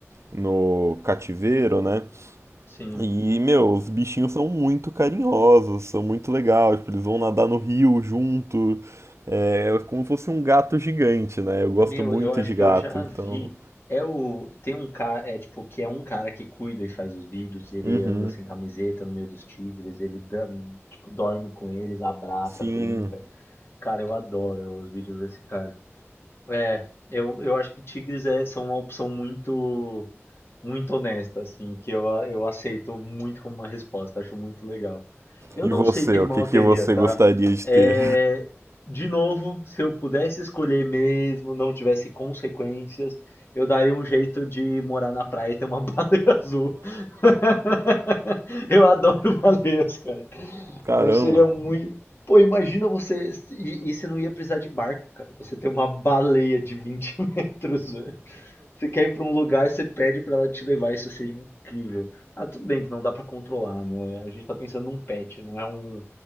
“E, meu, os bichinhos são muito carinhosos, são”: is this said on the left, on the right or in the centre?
Right